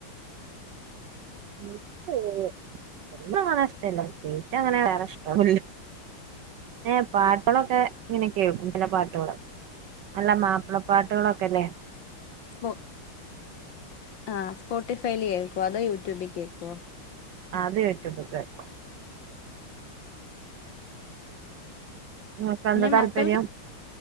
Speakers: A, on the right (about 70°); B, on the left (about 60°).
A: എനിക്ക് എനിക്കങ്ങനെ ഇഷ്ടല്ല പ്രത്യേകിച്ചങ്ങനെ വേറെ ഇഷ്ടൊന്നുല്ല ഏ പാട്ടുകളൊക്കെ ഇങ്ങനെ കേൾക്കും ചെല പാട്ടുകള് നല്ല മാപ്പിളപ്പാട്ടുകളൊക്കെല്ലേ
B: സ്പോ ആ സ്പോട്ടിഫൈല് കേൾക്കോ അതോ യൂട്യൂബി കേക്കോ?
A: ആ അത് <unintelligible> നിങ്ങൾക്ക്
B: പിന്നെ
A: എന്താ താല്പര്യം
B: മക്കൾക്ക്